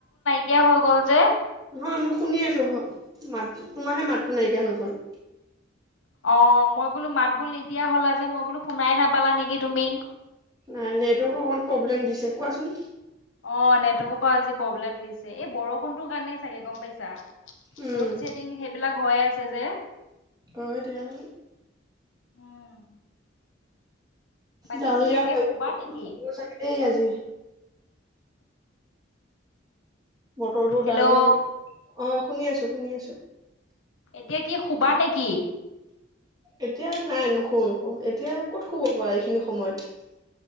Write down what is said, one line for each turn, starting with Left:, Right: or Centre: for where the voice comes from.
Left: কে হৈ গ'ল যে।
Right: নহয় মই শুনি আছো, হৈ মাত তোমাৰাহে মাতটো নাইকিয়া হৈ গ'ল।
Left: অঁ মই বোলো মাত বোল নিদিয়া হলা যে মই বোলো শুনাই নাপালা নেকি তুমি?
Right: নাই নেটৱৰ্ক অকমান প্ৰব্লেম দিছে, কোৱাচোন।
Left: অঁ, নেটৱৰ্কৰ আজি প্ৰব্লেম দিছে এই বৰষুণটোৰ কাৰণে চাগে, গম পাইছা?
Right: উম
Left: লোড শ্বেডিং সেইবিলাক হৈ আছে যে।
Right: কাওৱে ধ্যান
Left: উম। বাকী
Right: ডাৱৰীয়া
Left: কি এতিয়া
Right: হৈ
Left: শুবা নেকি
Right: <unintelligible> দেই চাগে দেই আজি বটৰটো
Left: হেল্ল'
Right: ডাৱৰীয়া হৈ অঁ শুনি আছো শুনি আছো।
Left: এতিয়া কি শুবা নেকি?
Right: এতিয়া নাই নোশু নোশু এতিয়া ক'ত শুব পাৰা এইখিনি সময়ত